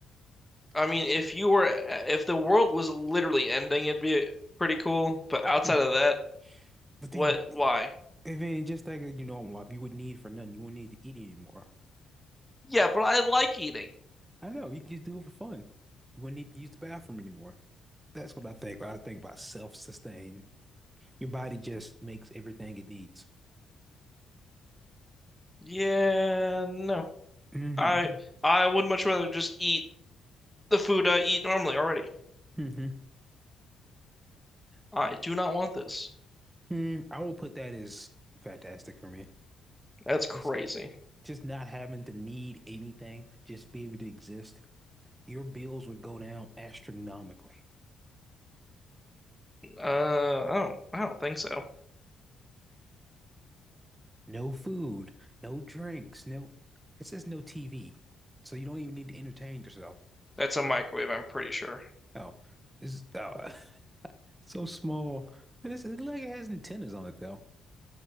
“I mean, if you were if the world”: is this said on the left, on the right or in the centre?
Centre